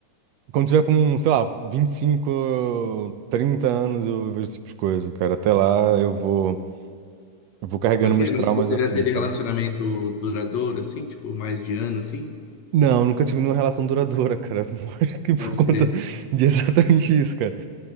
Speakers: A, on the right; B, on the left.
A: Quando tiver com, sei lá, 25, 30 anos, eu vejo esse tipo de coisa, cara. Até lá eu vou, eu vou carregando
B: Pode
A: meus
B: crer, mas
A: traumas
B: você
A: assim,
B: já teve
A: sabe?
B: relacionamento duradouro, assim, tipo, mais de ano, assim?
A: Não, nunca tive nenhuma relação duradoura, cara. <laughs> Acho que por
B: Pode crer.
A: conta de exatamente isso, cara.